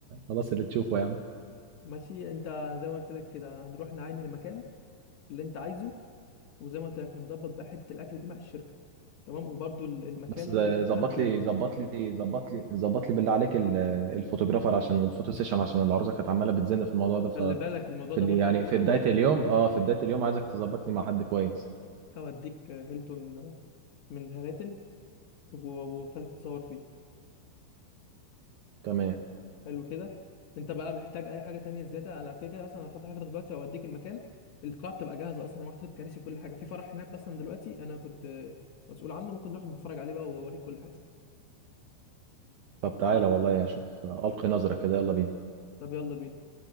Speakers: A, on the right; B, on the left.
A: خلاص اللي تشوفه يا عم
B: ماشي انت زي ما قلت لك كده هنروح نعاين المكان اللي انت عايزه وزي ما قلت لك هنظبط بقى حته الاكل دي مع الشركه تمام وبرضو ال- المكان
A: بس
B: والحاجات دي
A: ظبط
B: هتشوفه
A: لي ظبط لي ظبط لي ظبط لي بالله عليك ال- الفوتوغرافر عشان والفوتو سيشن عشان العروسه كانت عماله بتزن في الموضوع ده ف
B: خلي بالك الموضوع
A: في
B: ده
A: اللي
B: برضو
A: يعني
B: كله
A: في بدايه اليوم اه في بدايه اليوم عايزك تظبطني مع حد كويس
B: هوديك هيلتون من هلاتن و- وخليك تتصور فيه
A: تمام
B: حلو كده انت بقى محتاج اي حاجه تانية زياده انا كده كده اصلا هاخد حاجتك دلوقتي واوديك المكان القاعه بتبقى جاهزه اصلا محطوط الكراسي وكل حاجه في فرح هناك اصلا دلوقتي انا كنت آه، مسؤول عنه ممكن نروح نتفرج عليه بقى واوريك كل حاجه
A: طب تعالى والله اشوف القي نظره كده يلا بينا
B: طب يلا بينا